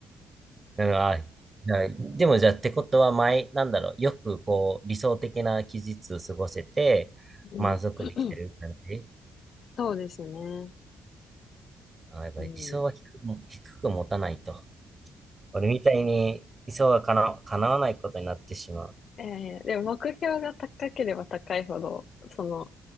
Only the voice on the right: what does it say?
なるほど。あなでもじゃあってことは前、なんだろう、よくこう理想的な期日を過ごせて満足できてる感じ
あ、やっぱり理想は低くも、
低く持たないと。俺みたいに理想はかな、叶わないことになってしまう。